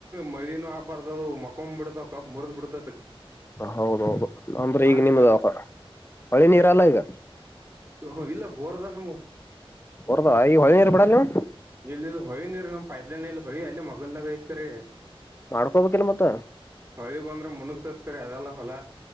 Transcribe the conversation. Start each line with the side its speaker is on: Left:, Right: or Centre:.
Right: ಮಳಿನು ಅತ್ ಬರ್ದದು ಮಕೊನ್ಬಿಡತಾವ ಕಬ್ ಮುರದ್ ಬಿಡುತ್
Left: ಹೌದೌದು ಅಂದ್ರೆ ಈಗ್
Right: ಆಟ
Left: ನಿಮ್ಗ
Right: ಬಿತ್
Left: ಹೊಳಿ ನೀರ್ ಅಲ್ಲ ಈಗ.
Right: ಹೊ ಹೊ ಇಲ್ಲ. ಬೋರ್ದ ನಮ್
Left: ಬೋರ್ ಅದಾವ ಈ ಹೋಳಿ ನೀರ್ ಬೀಡಲ್ ನೀವು.
Right: ಇಲ್ ಇಲ್ ಹೊಳಿನಿರ ನಮ್ ಪೈಪ್ಲೈನ್ ಇಲ್ಲ ಹೋಳಿ ಅಲ್ಲಿ ಮಗಲ್ದಾಗ ಐತ್ಕರೆ.
Left: ಮಾಡ್ಕೋಬೇಕಿಲ್ಲ ಮತ್ತ
Right: ಹೊಳಿ ಬಂದ್ರೆ ಮುನುಗ್ತೈತಿ ಕರೆ ಅದೆಲ್ಲ ಹೊಲ